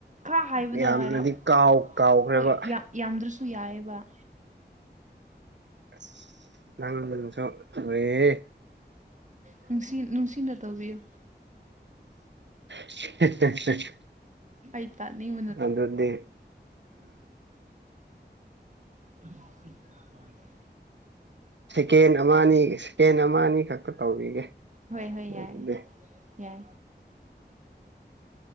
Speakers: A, on the right; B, on the right.
A: ꯈꯔ ꯍꯥꯏꯕꯗꯣ
B: ꯌꯥꯝꯅꯗꯤ
A: ꯍꯥꯏꯔꯛ
B: ꯀꯥꯎ ꯀꯥꯎꯈ꯭ꯔꯦꯕ
A: ꯍꯣꯏ ꯌꯥꯝ ꯌꯥꯝꯗ꯭ꯔꯁꯨ ꯌꯥꯏꯑꯕ
B: <unintelligible>
A: ꯅꯨꯡꯁꯤ ꯅꯨꯡꯁꯤꯅ ꯇꯧꯕꯤꯌꯨ
B: ꯍꯦ ꯍꯦ ꯍꯦ
A: ꯑꯩ ꯇꯅꯤꯡ
B: ꯑꯗꯨꯗꯤ
A: <unintelligible>
B: ꯁꯦꯀꯦꯟ ꯑꯃ ꯑꯅꯤ ꯁꯦꯀꯦꯟ ꯑꯃ ꯑꯅꯤ ꯈꯛꯇ ꯇꯧꯕꯤꯒꯦ
A: ꯍꯣꯏ ꯍꯣꯏ ꯌꯥꯏ
B: ꯑꯗꯨꯗꯤ
A: ꯌꯥꯏ